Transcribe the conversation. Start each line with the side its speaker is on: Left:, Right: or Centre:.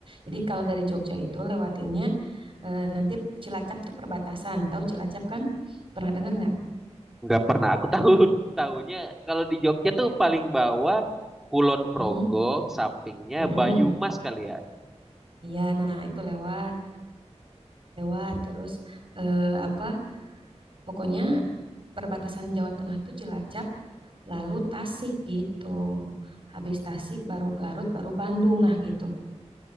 Right: Jadi kalau dari Jogja itu lewatinnya eh, nanti Cilacap tuh perbatasan. Tahu Cilacap kan? Pernah dengar nggak?
Centre: nggak pernah aku tahu <laughs> tahunya kalau di Jogja tuh paling bawah Kulon Progo
Right: Mm-mm,
Centre: sampingnya
Right: mm-mm.
Centre: Bayumas kali ya
Right: Iya, nah itu lewat, lewat terus eh, apa? Pokoknya. perbatasan Jawa Tengah tuh Cilacap, lalu Tasik gitu. Habis Tasik baru Garut, baru Bandung nah gitu.